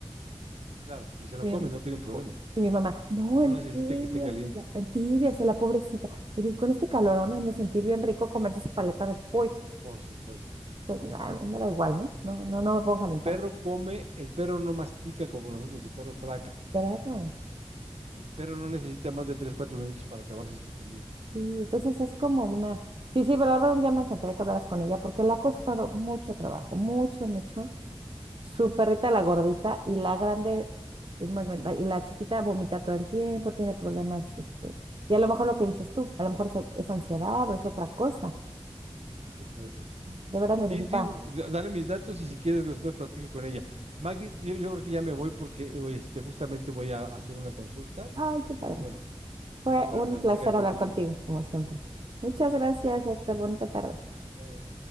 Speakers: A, on the right; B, on the right.
A: claro, y se lo
B: Y mi,
A: come, no tienen problema.
B: y mi mamá, no,
A: No
B: en
A: necesita
B: tibias,
A: que esté caliente,
B: en tibias, la pobrecita. Le digo, con este calorón han de sentir bien rico comerse su paleta de pollo.
A: por supuesto,
B: Pues
A: por
B: nah,
A: supuesto.
B: a mí me da igual, ¿no? No, no, no me puedo calentar.
A: El perro come, el perro no mastica como nosotros, el perro traga.
B: Draga,
A: El perro no necesita más de 3 4 minutos para acabarse su comida.
B: sí, entonces es como una... Sí, sí, pero la verdad un día me encantaría que hablaras con ella porque le ha costado mucho trabajo, mucho, mucho. Su perrita, la gordita, y la grande, y, más bien, la y la chiquita vomita todo el tiempo, tiene problemas, este... Y a lo mejor lo que dices tú, a lo mejor es, es ansiedad o es otra cosa.
A: Sí, puede ser.
B: De veras necesita...
A: Sí, sí, bu- da- dale mis datos y si quieres después platico con ella. Magdi, yo, yo creo que ya me voy porque eh, voy, este, justamente voy a hacer una consulta
B: Ay, qué
A: y
B: padre.
A: bueno,
B: Fue
A: Fue bueno
B: un
A: platicar
B: placer
A: contigo.
B: hablar contigo, como siempre. Muchas gracias,
A: Bueno,
B: Héctor. Bonita tarde.
A: hasta luego.